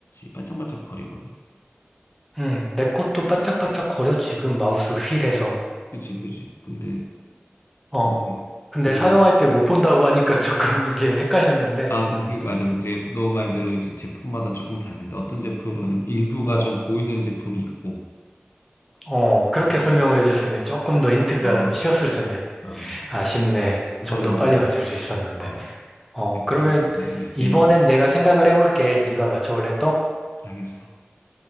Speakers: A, on the left; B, in the centre.
A: 반짝반짝 거리거든.
B: 음. 내 것도 반짝반짝 거려, 지금 마우스 휠에서.
A: 그치, 그치. 근데
B: 어,
A: 이제
B: 근데
A: 그,
B: 사용할 때 못 본다고 하니까 조금 <laughs> 이게 헷갈렸는데,
A: 아,
B: 음,
A: 그, 맞아. 이제 너 말대로 이제 제품마다 조금 다른데, 어떤 제품은 일부가
B: 어,
A: 좀 보이는 제품이 있고,
B: 어, 그렇게 설명을
A: 뭐,
B: 해줬으면 조금 더 힌트가
A: 아,
B: 쉬웠을 텐데.
A: 아, 맞아.
B: 아쉽네.
A: 그거는
B: 좀 더 빨리
A: 내가,
B: 맞출 수 있었는데.
A: 어,
B: 어,
A: 내가
B: 그러면
A: 조금 리센
B: 이번엔 내가 생각을 해볼게. 네가 맞춰볼래 또?
A: 하겠어.